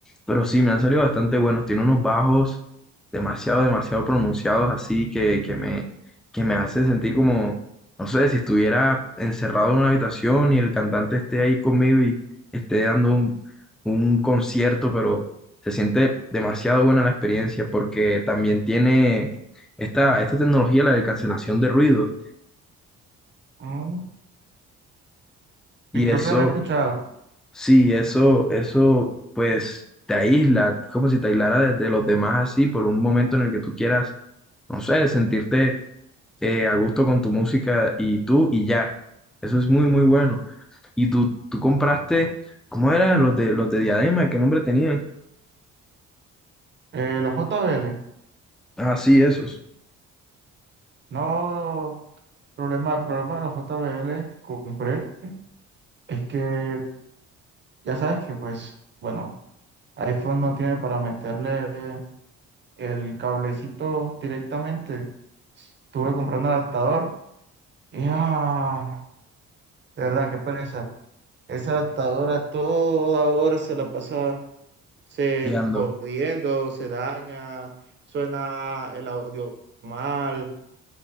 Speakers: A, in the centre; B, on the right.
A: pero sí, me han salido bastante buenos. Tiene unos bajos demasiado, demasiado pronunciados, así que, que me, que me hace sentir como, no sé, si estuviera encerrado en una habitación y el cantante esté ahí conmigo y esté dando un, un concierto, pero se siente demasiado buena la experiencia, porque también tiene esta, esta tecnología, la de cancelación de ruido,
B: Mm,
A: y
B: Sí, creo
A: eso
B: que era escuchado.
A: Sí, eso, eso, pues te aísla, como si te aislara de, de los demás así por un momento en el que tú quieras, no sé, sentirte eh, a gusto con tu música y tú y ya. Eso es muy, muy bueno. Y tú, tú compraste, ¿cómo eran los de los de Diadema? ¿Qué nombre tenían?
B: Eh, los JBL.
A: Ah, sí, esos.
B: No, problema, el problema de los JBL que compré es que ya sabes que, pues, bueno, iPhone no tiene para meterle el cablecito directamente. Estuve comprando un adaptador y, ah, de verdad, qué pereza. Esa adaptadora toda hora se la pasa se
A: Fallando.
B: jodiendo, se daña, suena el audio mal.